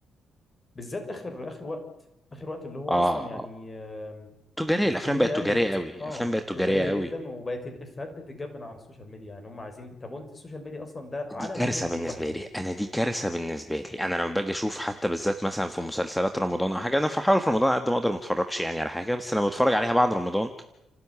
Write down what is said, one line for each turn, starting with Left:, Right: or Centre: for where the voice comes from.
Left: بالذات اخر اخر وقت اخر وقت اللي هو
Centre: اه
Left: اصلا يعني
Centre: آه.
Left: آم،
Centre: تجارية
Left: الكوميديا
Centre: الافلام بقت
Left: قلت
Centre: تجارية قوي
Left: اه
Centre: الافلام بقت
Left: تجاريه
Centre: تجارية قوي
Left: جدا وبقت الافيهات بتتجاب من على السوشيال ميديا يعني هم عايزين طب وانت السوشيال ميديا اصلا ده عالم
Centre: دي كارثة
Left: كوميدي
Centre: بالنسبة
Left: لوحده
Centre: لي أنا دي كارثة بالنسبة لي أنا لما باجي أشوف حتى بالذات مثلا في مسلسلات رمضان أو حاجة أنا بحاول في رمضان على قد ما أقدر ما أتفرجش يعني على حاجة بس لما بتفرج عليها بعد
Left: اه
Centre: رمضان